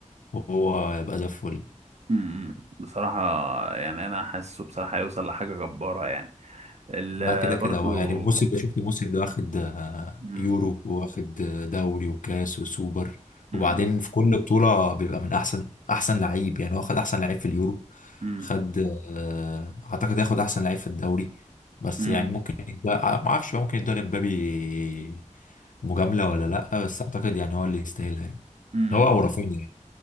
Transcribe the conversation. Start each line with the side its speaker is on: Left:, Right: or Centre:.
Left: وهو يبقى زي الفل
Right: مم. بصراحه يعني انا حاسه بصراحه هيوصل لحاجه جباره يعني ال...
Left: لا كده
Right: برضو
Left: كده هو يعني الموسم ده شفت الموسم ده واخد آه،
Right: مم.
Left: يورو واخد آه، دوري وكاس وسوبر
Right: مم.
Left: وبعدين في كل بطولة بيبقى من أحسن أحسن لعيب يعني هو خد أحسن لعيب في اليورو
Right: مم.
Left: خد آه، أعتقد ياخد أحسن لعيب في الدوري بس
Right: مم.
Left: يعني ممكن يدى آه، ما أعرفش بقى ممكن يدى لمبابي مجاملة ولا لأ بس أعتقد يعني هو اللي يستاهلها يعني
Right: امم
Left: هو أو رافينيا يعني